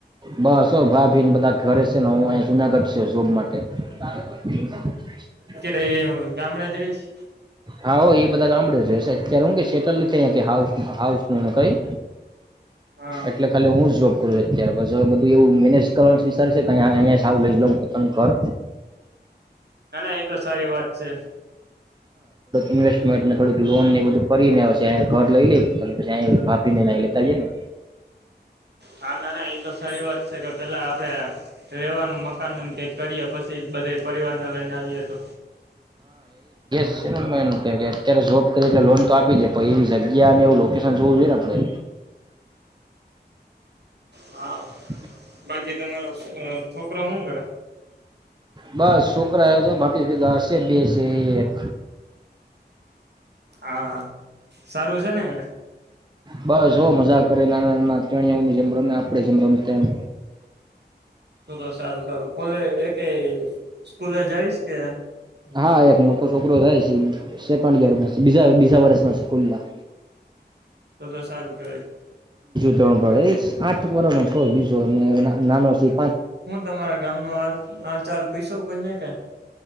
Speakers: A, on the right (about 25°); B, on the right (about 70°).
A: બસ અ ભાભીન બધા ઘરે છે ને હું અહી જુનાગઢ છે જોબ માટે <unintelligible>
B: રેય ગામડે જ રહીશ
A: હા હો એ બધા ગામડે છે અત્યારે હું કે સેટલ છે હાઉ હાઉસ ન કઈ
B: હા
A: એટલે ખાલી હું જોબ કરું અત્યારે બધું એવું મેનેજ કરવાનું વિચરુ <unintelligible> લઉ પોતાનું ઘર
B: ના ના એ તો સારી વાત છે.
A: ઇન્વેસ્મેંટ ને બધુ લોન ને બધુ પ ને પછી અહિંયા ઘર લઈ લે પછી અઈ ભાભી ને લેતા જઈ ને
B: હા ના ના એ તો સારી વાત છે કે, પેલા આપડે રેવાનું મકાન ન કઈક કરીએ પછી બધા પરિવારને લઈને આવીએ તો.
A: એમ કે કે ને અત્યારે ઝોબ કરી એટલે લોન તો આપી દે પણ એવી જગ્યા ને એવું લોકેશન જોવું જોઈએ ને આપણેે.
B: હા
A: હ <unintelligible>
B: બાકી તમારો અ છોકરો હું કરે?
A: બસ છોકરા આયો શે બાકી ભેગા હશે બે શે એક
B: હા! સારું છે ને એને?
A: બસ જો મજા કરે નાના-નાના ટેણિયાઓની જેમ રમે આપડે જેમ રમતા એમ.
B: તો તો સારું સારું કોલે એકે સ્કૂલે જઈશ કે
A: હા, એક મોટો છોકરો જાય છે સેકન્ડ યરમાં છે બીજા બીજા વર્ષમાં છે કુલ્લા.
B: તો તો સારું કેવાય.
A: ધોરણ ભણે એ આઠ વરહ નો કર બીજો ને નાનો સી
B: હું તમારા ગામ નો હાલ આલ ચાર પૈસો કોઈને કે